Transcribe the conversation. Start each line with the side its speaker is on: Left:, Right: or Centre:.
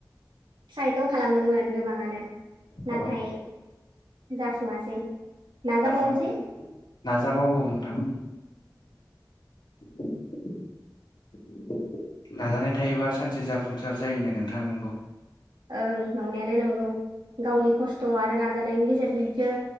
Right: ट्रायथ' खालामदोंमोन गोबाङानो नाथाय
Left: औ
Right: जाफुङासै। नाजाबावनोसै
Left: जाफु नाजाबावो नोंथां <inaudible> नाजानाय थायोबा सानसे जाफुंसार जायोनो नोंथां नोंगौ।
Right: ओं नंनायालाय नंगौ गावनि खस्थ' आरो नाजानायनि गेजेरजोंसो